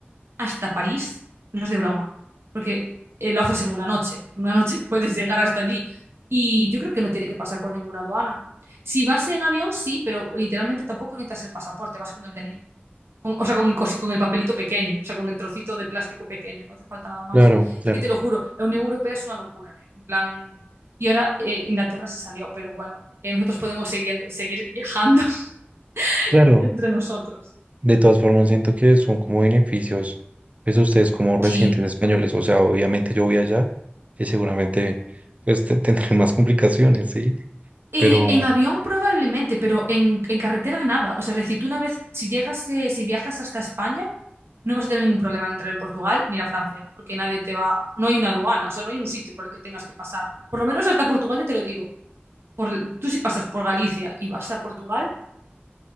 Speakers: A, on the right; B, on the right.
A: hasta París, no es de broma, porque eh, lo haces en una noche. En una noche <laughs> puedes llegar hasta allí. Y yo creo que no tiene que pasar por ninguna aduana. Si vas en avión, sí, pero literalmente tampoco necesitas el pasaporte, vas con el DNI. Con- o sea, con el, cosi- con el papelito pequeño, o sea, con el trocito de plástico pequeño, no hace falta nada más.
B: Claro,
A: Es
B: claro,
A: que te lo juro, la Unión Europea es una locura, ¿eh? En plan... Y ahora eh, Inglaterra se salió, pero bueno, eh, nosotros podemos seguir, seguir viajando <laughs>
B: claro.
A: entre nosotros.
B: De todas formas, siento que son como beneficios, pues ustedes como residentes
A: Sí.
B: españoles, o sea, obviamente yo voy allá y seguramente pues te- <laughs> tendré más complicaciones, ¿sí?
A: Eh,
B: Pero,
A: en avión probablemente, pero en, en carretera nada. O sea, es decir, tú una vez, si llegas, eh, si viajas hasta España, no vas a tener ningún problema en entrar en Portugal ni ir a Francia, porque nadie te va, no hay una aduana, o sea, no hay un sitio por el que tengas que pasar. Por lo menos hasta Portugal, ya te lo digo. Por, tú si pasas por Galicia y vas a Portugal,